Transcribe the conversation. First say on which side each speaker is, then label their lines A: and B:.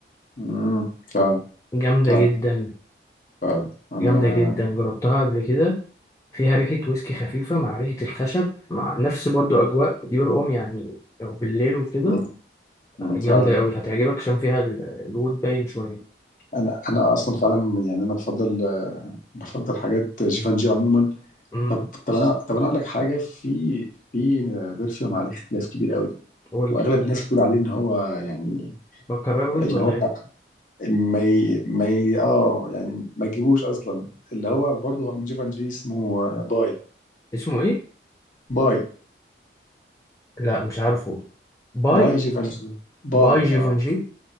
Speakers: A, on the left (about 45°); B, on the left (about 15°).
A: مم. فعلا
B: جامدة
A: فعلا
B: جدا
A: فعلا انا
B: جامدة جدا جربتها قبل كده فيها ريحة ويسكي خفيفة مع ريحة الخشب مع نفس برضو أجواء ديور أم يعني لو بالليل وكده
A: مم. مم.
B: جامدة
A: فعلا
B: أوي هتعجبك عشان فيها ال- الوود باين شوية
A: انا انا اصلا فعلا يعني انا بفضل آه، بفضل حاجات جيفانجي عموما
B: امم
A: طب طب انا طب انا اقول لك حاجه في في برفيوم عليه اختلاف كبير قوي
B: قولي
A: واغلب الناس بتقول عليه ان هو يعني
B: بكرر وج
A: ان
B: ولا
A: هو
B: إيه
A: ما ي... ما ي... اه يعني ما تجيبوش اصلا اللي هو برضه هو من جيفانجي اسمه آه، باي
B: اسمه إيه؟
A: باي
B: لا مش عارفه باي
A: باي جيفانجي باي
B: باي جيفونجي
A: اه